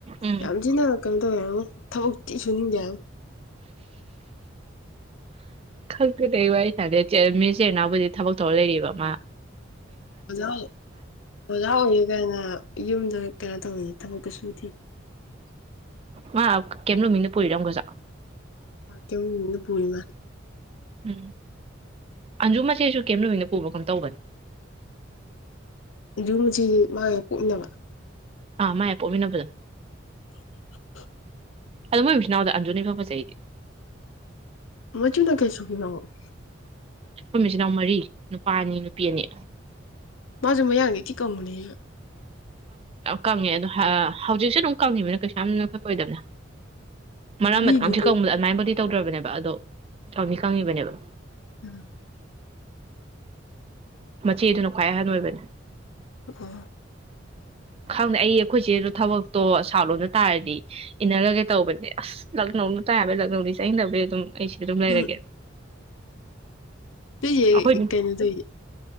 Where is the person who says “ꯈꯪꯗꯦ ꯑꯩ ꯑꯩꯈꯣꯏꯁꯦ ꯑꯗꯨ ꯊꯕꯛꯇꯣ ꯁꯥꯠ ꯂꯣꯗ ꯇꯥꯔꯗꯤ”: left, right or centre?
Right